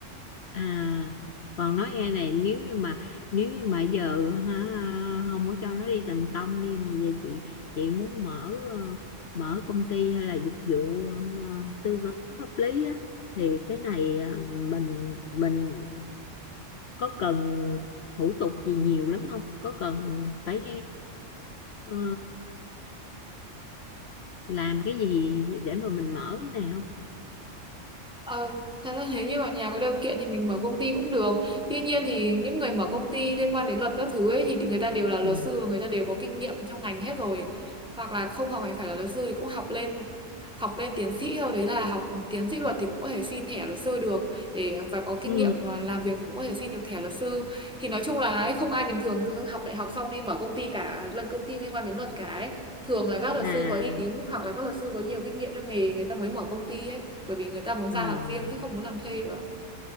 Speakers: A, on the left; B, in the centre.
A: à còn nói nghe này nếu như mà nếu như mà giờ hả không có cho nó đi làm công đi thì giờ chị chị muốn mở ờ, mở công ty hay là dịch vụ ờ, tư vấn pháp lý á thì cái này ờ, mình mình có cần thủ tục gì nhiều lắm không có cần phải ờ, làm cái gì để mà mình mở cái này không
B: Ờ, thật ra thế như ở nhà có điều kiện thì mình mở công ty cũng được. Tuy nhiên thì những người mở công ty liên quan đến luật các thứ ấy thì người ta đều là luật
A: ừ.
B: sư, và người ta đều có kinh nghiệm trong ngành hết rồi. Hoặc là không học hành phải là luật sư thì cũng học lên học lên tiến sĩ rồi đấy là học tiến sĩ luật thì cũng có thể xin thẻ luật sư được để và có kinh
A: Ừ.
B: nghiệm mà làm việc thì cũng có thể xin được thẻ luật sư thì nói chung là ấy, không ai bình thường tự học đại học xong đi mở công ty cả lần công ty liên quan đến luật cả ấy thường là các luật
A: à
B: sư có uy tín hoặc là các luật sư có nhiều kinh nghiệm trong nghề người ta mới mở công ty ấy bởi vì người ta muốn
A: ờ.
B: ra làm riêng chứ không muốn làm thuê nữa.